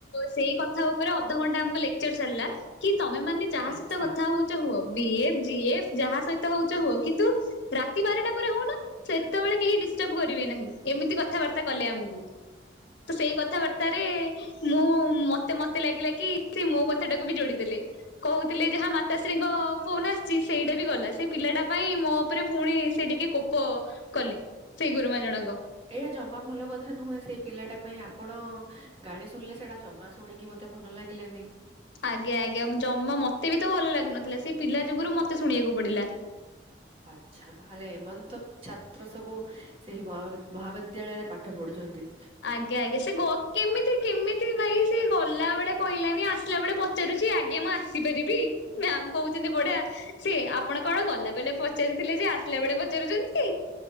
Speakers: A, on the left; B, on the right.
A: ସେଇ କଥା ଉପରେ ଅଧଘଣ୍ଟା ଆମକୁ ଲେକ୍ଚର ଚାଲିଲା। କି ତମେମାନେ ଯାହା
B: ଆଚ୍ଛା
A: ସହିତ କଥା ହୋଉଚ ହୁଅ। ବିଏଫ୍ ଯିଏଫ୍ ଯାହା ସହିତ ହୋଉଚ ହୁଅ, କିନ୍ତୁ ରାତି ବାରଟା ପରେ ହୋଉନ ସେତେବେଳେ କେହି ଡିସ୍ଟବ୍ କରିବେ ନାହିଁ, ଏମିତି କଥାବାର୍ତ୍ତା କଲେ ଆମୁକୁ। ତ ସେଇ କଥାବାର୍ତ୍ତା ରେ ମୁଁ ମତେ ମତେ ଲାଗିଲା କି ସେ ମୋ କଥାଟାକୁ ବି ଯୋଡିଦେଲେ। କହୁଥିଲେ ଯେ ହଁ ମାତାଶ୍ରୀଙ୍କ ଫୋନ୍ ଆସ୍ ସେ ସେଇଟା ବି ଗଲା, ସେ ପିଲାଟା ପାଇଁ ମୋ ଉପରେ ପୁଣି ସେ ଟିକେ କୋପ କଲେ। ସେଇ ଗୁରୁମା ଜଣଙ୍କ।
B: ଏହା ଜମା ଭଲ କଥା ନୁହେଁ ସେଇ ପିଲାଟା ପାଇଁ ଆପଣ ଗାଳି ଶୁଣିଲେ, ସେଟା ଜମା ଶୁଣିକି ମ ତେ ଭଲ ଲାଗିଲାନି।
A: ଆଜ୍ଞା ଆଜ୍ଞା, ଜମା ମତେ ବି ତ ଭଲ ଲାଗୁନଥିଲା ସେ ପିଲା ଯୋଗରୁ ମତେ ଶୁଣିଆକୁ ପଡିଲା।
B: ଆଚ୍ଛା ତାହେଲେ ଏମନ୍ତ ଛାତ୍ର ସବୁ ସେହି ମହା ମହାବିଦ୍ୟାଳୟରେ ପାଠ ପଢୁଛନ୍ତି।
A: ଆଜ୍ଞା ଆଜ୍ଞା ସେ ଗ କେମିତି କେମିତି ଭାଇ ସେ ଗଲା ବଳେ କହିଲାନି ଆସିଲା ବଳେ ପ ଚାରୁଛି ଆଜ୍ଞା ମୁଁ ଆସିପାରିବି? ମ୍ୟାମ୍ କହୁଚନ୍ତି ବଢିଆ ସେ ଆପଣ କଣ ଗଲାବେଲେ ପଚାରିଥିଲେ ଯେ ଆସିଲା ବେଳେ ପଚାରୁଚନ୍ତି।